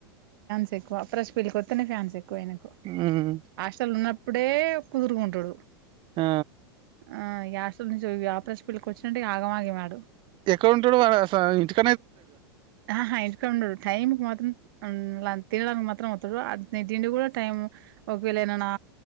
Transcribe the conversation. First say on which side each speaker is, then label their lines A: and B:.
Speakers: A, on the right (about 60°); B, on the right (about 40°).
A: చెకు <unintelligible> ప్ర్రష్ పిల్లికిస్తున్నాయి ఫ్యాన్స్ ఎక్కువయి నాకు
B: మ్మ్
A: హాస్టల్ ఉన్నప్పుడే కుదురుకుంటాడు
B: ఆ
A: ఆ యాస్ నుంచి వ్యాపార ఫీల్కి వచ్చినే ఆగమాగేవాడు
B: ఎక్కడ ఉంట <unintelligible> ఇ
A: ఆహా వెనక ఉండడు టైంకు మత్తం తినడానికి మాత్రం అతాడు తిండి కూడా టైం ఒకవేళనా